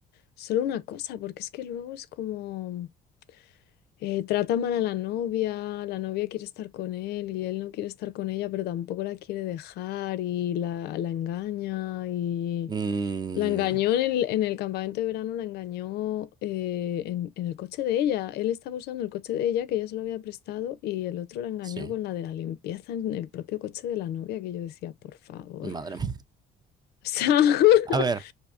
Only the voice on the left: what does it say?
solo una cosa, porque es que luego es como eh, trata mal a la novia, la novia quiere estar con él y él no quiere estar con ella, pero tampoco la quiere dejar y la, la engaña y
la engañó en el, en el campamento de verano, la engañó eh, en, en el coche de ella. Él estaba usando el coche de ella, que ella se lo había prestado, y el otro la engañó
con la de la limpieza en el propio coche de la novia, que yo decía, por favor.
O sea, <laughs>